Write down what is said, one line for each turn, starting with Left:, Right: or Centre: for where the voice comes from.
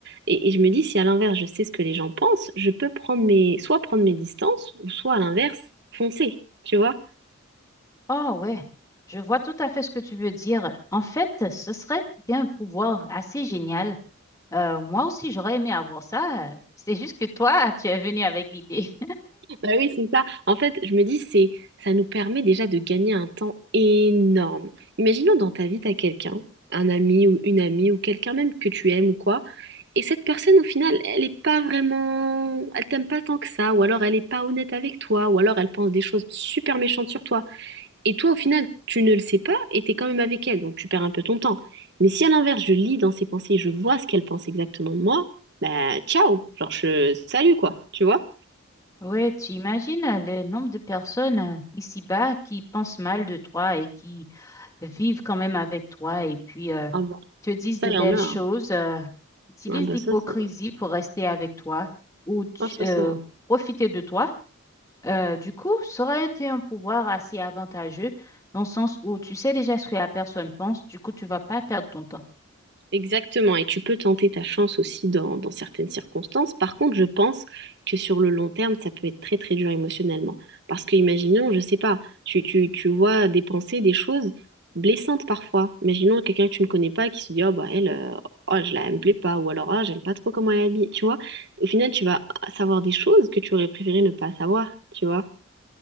Right: Et, et je me dis, si à l'inverse, je sais ce que les gens pensent, je peux prendre mes, soit prendre mes distances, ou soit à l'inverse, foncer, tu vois.
Left: Oh ouais, je vois tout à fait ce que tu veux dire. En fait, ce serait un pouvoir assez génial. Euh, moi aussi, j'aurais aimé avoir ça. C'est juste que toi, <laughs> tu es venu avec l'idée.
Right: Bah oui, c'est ça. En fait, je me dis, c'est, ça nous permet déjà de gagner un temps énorme. Imaginons dans ta vie, t'as quelqu'un, un ami ou une amie ou quelqu'un même que tu aimes ou quoi, et cette personne, au final, elle est pas vraiment, elle t'aime pas tant que ça, ou alors elle est pas honnête avec toi, ou alors elle pense des choses super méchantes sur toi. Et toi, au final, tu ne le sais pas et t'es quand même avec elle, donc tu perds un peu ton temps. Mais si à l'inverse, je lis dans ses pensées, je vois ce qu'elle pense exactement de moi, bah ciao, genre je, salut quoi, tu vois?
Left: Ouais, tu imagines euh, le nombre de personnes euh, ici-bas qui pensent mal de toi et qui vivent quand même avec toi et puis euh,
Right: Ah bah,
Left: te disent
Right: ça,
Left: de
Right: il
Left: belles
Right: y en a. hein.
Left: choses, euh, utilisent
Right: Ah bah
Left: l'hypocrisie
Right: ça, c'est...
Left: pour rester avec toi ou tu-
Right: Ah, ça,
Left: euh,
Right: ça.
Left: profiter de toi. Euh, du coup, ça aurait été un pouvoir assez avantageux dans le sens où tu sais déjà ce que la personne pense, du coup, tu vas pas perdre ton temps.
Right: Exactement. Et tu peux tenter ta chance aussi dans, dans certaines circonstances. Par contre, je pense que sur le long terme, ça peut être très très dur émotionnellement. Parce que imaginons, je sais pas, tu, tu, tu vois des pensées, des choses blessantes parfois. Imaginons quelqu'un que tu ne connais pas qui se dit, oh bah elle, euh, oh, je la, elle me plaît pas. Ou alors, ah, j'aime pas trop comment elle est habillée. Tu vois, au final, tu vas savoir des choses que tu aurais préféré ne pas savoir. Tu vois.